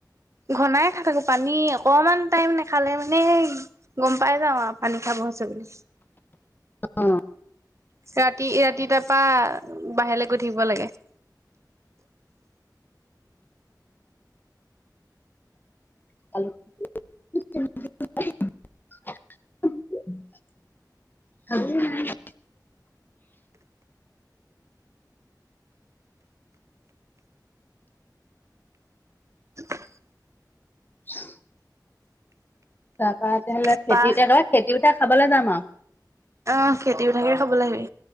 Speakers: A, on the right; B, on the left.
A: ঘনাই খাই থাকো পানী অকমান টাইম নাখালে মানেই গম পাই যাওঁ আও পানী খাব হৈছে বুলি।
B: অ
A: ৰাতি ৰাতি তাৰ পৰা বাহিৰলৈ গৈ থাকিব লাগে।
B: <unintelligible> <inaudible>
A: <inaudible>
B: <inaudible> তাপা তেতিয়াহ'লে
A: তাৰপা
B: খেতি খেতি উঠাই খাবলে যাম আও
A: অ খেতি উথাকে খাবলে আহিবি